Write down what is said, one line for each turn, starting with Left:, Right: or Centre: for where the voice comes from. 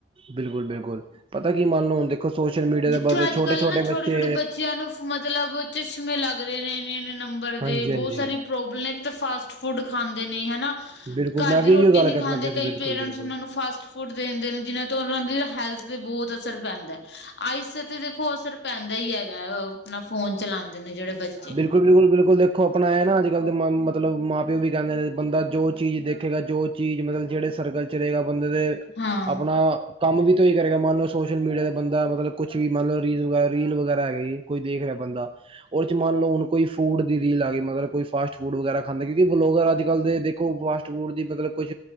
Right: ਬਿਲਕੁਲ -ਬਿਲਕੁਲ ਪਤਾ ਕੀ ਮੰਨ ਲਓ ਹੁਣ ਦੇ ਸੋਸ਼ਲ ਮੀਡੀਆ
Left: ਜਿੱਥੇ
Right: ਬਦਲੇ
Left: ਅੱਜ ਕੱਲ੍ਹ ਨਾ ਛੋਟੇ
Right: ਬੱਚੇ
Left: -ਛੋਟੇ ਬੱਚਿਆਂ ਨੂੰ ਮਤਲਬ, ਚਸ਼ਮੇ ਲੱਗ ਲੱਗ ਰਹੇ ਨੇ ਇੰਨੇ -ਇਨੇ ਨੰਬਰ
Right: ਹਾਂਜੀ
Left: ਦੇ ਬਹੁਤ
Right: ਹਾਂਜੀ
Left: ਸਾਰੀ ਪ੍ਰੋਬਲਮ ਇੱਕ ਤਾਂ ਫਾਸਟ ਫੂਡ ਖਾਂਦੇ ਨੇ ਹਨਾ
Right: ਬਿਲਕੁਲ
Left: ਘਰ
Right: ਮੈਂ ਵੀ
Left: ਦੀ ਰੋਟੀ
Right: ਇਹੀਓ ਗੱਲ
Left: ਨਹੀਂ
Right: ਕਰਨਾ
Left: ਖਾਂਦੀ
Right: ਪਿਆ ਸੀ
Left: ਕਈ
Right: ਬਿਲਕੁਲ
Left: ਪੇਰੈਂਟਸ
Right: ਬਿਲਕੁਲ
Left: ਉਹ ਨੂੰ ਫਾਸਟ ਫੂਡ ਦੇ ਦਿੰਦੇ ਨੇ ਜਿਹਨਾਂ ਤੋਂ ਉਹਨਾਂ ਦੀ ਹੈਲਥ ਤੇ ਬਹੁਤ ਅਸਰ ਪੈਂਦਾ ਹੈ ਆਈਸ ਤੇ ਦੇਖੋ ਅਸਰ ਪੈਂਦਾ ਹੀ ਹੈਗਾ ਆਪਣਾ ਫੋਨ ਚਲਾਉਂਦੇ ਨੇ ਜਿਹੜੇ ਬੱਚੇ
Right: ਬਿਲਕੁਲ-ਬਿਲਕੁਲ -ਬਿਲਕੁਲ ਦੇਖ ਦੇਖੋ ਆਪਣਾ ਇਹ ਨਾ ਅੱਜ ਕੱਲ੍ਹ ਦੇ ਮ ਮਤਲਬ ਮਾਂ ਪਿਓ ਵੀ ਕਹਿੰਦੇ ਨੇ ਬੰਦਾ ਜੋ ਚੀਜ਼ ਦੇਖੇਗਾ ਜੋ ਚੀਜ਼ ਮਤਲਬ ਜਿਹੜੇ ਸਰਗਲ 'ਚ ਰਹੇਗਾ ਬੰਦੇ ਦੇ
Left: ਹਾਂ।
Right: ਆਪਣਾ ਕੰਮ ਵੀ ਤੇ ਹੀ ਕਰੇਗਾ ਮੰਨ ਲਓ ਸੋਸ਼ਲ ਮੀਡੀਆ ਤੇ ਬੰਦਾ ਮਤਲਬ ਕੁਛ ਕੁਛ ਵੀ ਮਤਲਬ ਰੀਲ ਵਗੈਰਾ, ਰੀਲ ਵਗੈਰਾ ਹੈਗੇ ਜੀ ਕੋਈ ਦੇਖ ਰਿਹਾ ਬੰਦਾ ਉਹਦੇ ਮੰਨ ਲਓ, ਹੁਣ ਕੋਈ ਫੂਡ ਦੀ ਰੀਲ ਆ ਗਈ ਮਤਲਬ ਕੋਈ ਫਾਸਟ ਫੂਡ ਵਗੈਰਾ ਖਾਂਦੇ, ਕਿਉਂਕਿ ਲੋਕ ਅੱਜ-ਕੱਲ ਦੇਖੋ, ਫਾਸਟ ਫੂਡ ਦੀ ਮਤਲਬ ਕੁਛ